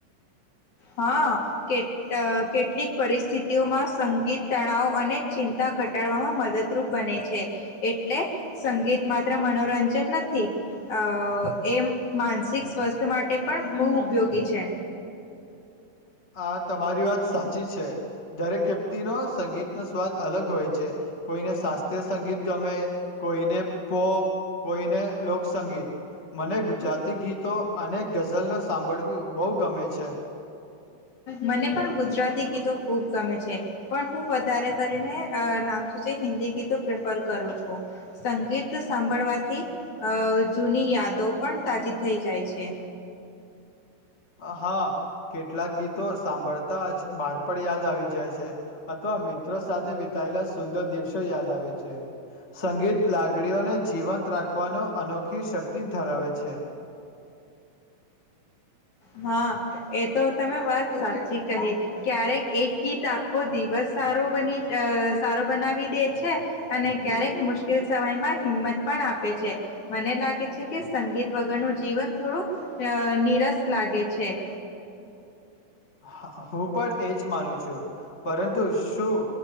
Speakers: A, on the left (about 55°); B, on the left (about 20°).
A: હા કે કેટલીક પરિસ્થિતિઓમાં સંગીત તણાવ અને ચિંતા ઘટાડવામાં મદદરૂપ બને છે એટલે સંગીત માત્ર મનોરંજન નથી અ એ માનસિક સ્વસ્થ માટે પણ બહુ ઉપયોગી છે.
B: હા તમારી વાત સાચી. છે દરેક વ્યક્તિ ન સંગીતનો સ્વાદ અલગ હોય છે કોઈને શાસ્ત્રીય સંગીત ગમે કોઈને પોપ કોઈને લોકસંગીત મને ગુજરાતી ગીતો અને ગઝલનો સાંભળવ્યું બહુ ગમે છે. છે.
A: મને પણ ગુજરાતી ગીતો ખૂબ ગમે છે પણ હું વધારે કરીને નામ છું છે હિન્દી ગીતો પ્રેફર કરું છું સંગીત સાંભળવાથી જૂની યાદો પણ તાજી થઈ જાય છે.
B: હા કેટલાક ગીતો સાંભળતા જ બાળપણ યાદ આવી જાય છે અથવા મિત્રો સાથે વિતાયેલા સુંદર દિવસો યાદ આવે છે સંગીત લાગડીઓને જીવંત રાખવાનો અનોખી શક્તિ ધરાવે છે.
A: હા એ તો તમે વાત સાચી કહી ક્યારેક એક ગીત આખો દિવસ સારો બની સારો બનાવી દે છે અને ક્યારેક મુશ્કેલ સમયમાં હિંમત પણ આપે છે મને લાગે છે કે સંગીત વગરનું જીવન થોડું નિરસ લાગે છે.
B: હ હું પણ એજ માનું છું. પરંતુ શું